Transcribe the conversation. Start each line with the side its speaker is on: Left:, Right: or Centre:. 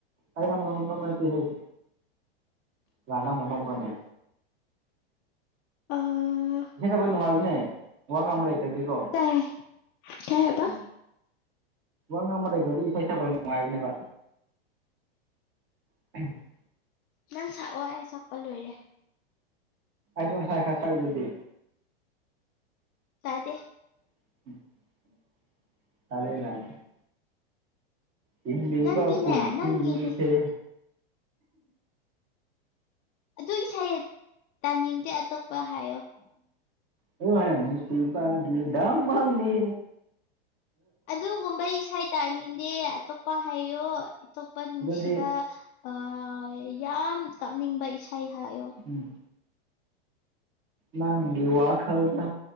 Right: <unintelligible> ꯅꯣꯛꯄ ꯅꯠꯇꯦꯍꯦ ꯃꯥ ꯅꯪꯕꯨ ꯅꯣꯛꯄ꯭ꯔꯥꯅꯦ
Left: ꯑꯥ
Right: ꯏꯁꯩ ꯁꯛꯄꯗ‌ꯣ ꯅꯨꯡꯉꯥꯏꯕꯅꯦ ꯋꯥ ꯉꯕ ꯂꯩꯇꯗꯦꯀꯣ
Left: ꯇꯥꯏ ꯀꯩ ꯍꯥꯏꯕ
Right: ꯎꯝ ꯋꯥ ꯉꯕ ꯂꯩꯇꯔꯗꯤ ꯏꯁꯩ ꯁꯛꯄ ꯅꯨꯡꯉꯥꯏꯕꯅꯦꯕ <inaudible>
Left: ꯅꯪ ꯁꯛꯑꯣ ꯑꯩ ꯁꯛꯄ ꯂꯣꯏꯔꯦ
Right: ꯑꯩꯁꯨ ꯉꯁꯥꯏ ꯈ ꯁꯛꯏꯗꯨꯗꯤ
Left: ꯇꯥꯗ‌ꯦ
Right: <inaudible> <unintelligible> ꯍꯤꯡꯂꯤꯕ
Left: ꯅꯪꯒꯤꯅꯦ
Right: ꯄꯨꯟꯁꯤꯁꯦ
Left: ꯅꯪꯒꯤꯗꯤ ꯇꯨ ꯏꯁꯥ ꯇꯥꯅꯤꯡꯗꯦ ꯑꯇꯣꯞꯄ ꯍꯥꯏꯌꯣ
Right: <unintelligible> ꯅꯨꯡꯁꯤ ꯕꯒꯤ ꯗꯃꯛꯅꯤ
Left: ꯑꯗꯨꯒꯨꯝꯕ ꯏꯁꯩ ꯇꯥꯅꯤꯡꯗꯦ ꯑꯇꯣꯞꯄ ꯍꯥꯏꯌꯣ ꯑꯇꯣꯞꯄ ꯅꯨꯡꯁꯤꯕ
Right: ꯑꯗꯨꯗꯤ
Left: ꯑ ꯌꯥꯝ ꯀꯞꯅꯤꯡꯕ ꯏꯁꯩ ꯍꯥꯏꯌꯣ
Right: ꯎꯝ ꯅꯪ ꯒꯤ ꯋꯥ ꯈꯜꯗ